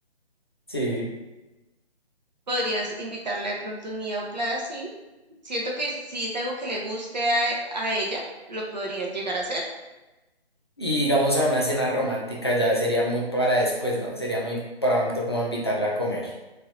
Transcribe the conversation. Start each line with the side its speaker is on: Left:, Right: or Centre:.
Left: Sí.
Right: Podrías invitarla de pronto un día a un plan así. Siento que si es algo que le guste a, a ella, lo podrían llegar a hacer. <laughs>
Left: Y digamos a una cena romántica ya sería muy para después, ¿no? Sería muy pronto como invitarla a comer.